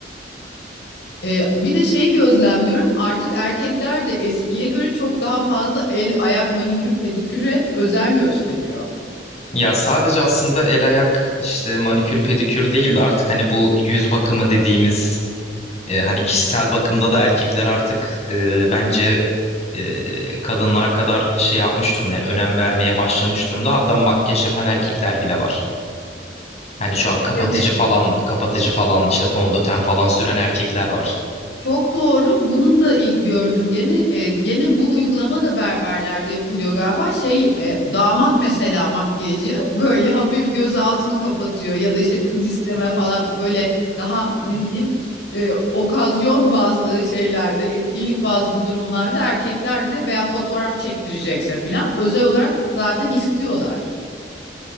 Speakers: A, on the left (about 65°); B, on the left (about 40°).
A: Ee, bir de şeyi gözlemliyorum artık erkekler de eskiye göre çok daha fazla el, ayak, manikür, pediküre özen gösteriyor.
B: Ya sadece aslında el ayak işte manikür pedikür değil de artık hani bu yüz bakımı dediğimiz E, hani kişisel bakımda da erkekler artık e, bence e, kadınlar kadar şey yapmış durumda yani önem vermeye başlamış durumda. Hatta makyaj yapan erkekler bile var. Hani şu an kapatıcı
A: E, Evet.
B: falan, kapatıcı falan işte fondöten falan süren erkekler var.
A: Çok doğru. Bunun da i- gördüm gene. E, gene bu uygulama da berberlerde yapılıyor galiba. Şey e, damat mesela makyajı böyle hafif göz altını kapatıyor ya da işte kız isteme falan böyle daha ne diyeyim e, okazyon bazlı şeylerde, etkinlik bazlı durumlarda erkeklerde veya fotoğraf çektirecekse falan özel olarak zaten istiyorlar.